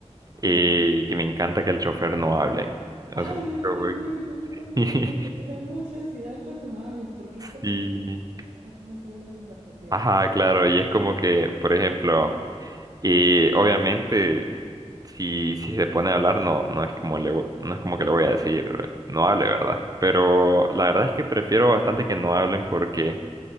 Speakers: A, on the right (about 30°); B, on the right (about 70°).
A: y
B: Ajá.
A: que me encanta que el chofer no hable.
B: Ay,
A: O sea,
B: a
A: como
B: mí también, a mí también
A: que- <laughs>
B: me genera mucha ansiedad cuando hablan, porque es como
A: sí.
B: que, ¿y ahora cómo sigo la conversación?
A: Ajá, claro,
B: O-
A: y es como que, por ejemplo. Y obviamente, si, si se pone a hablar, no, no es como le, vo- no es como que le voy a decir, no hable, ¿verdad? Pero la verdad es que prefiero bastante que no hablen porque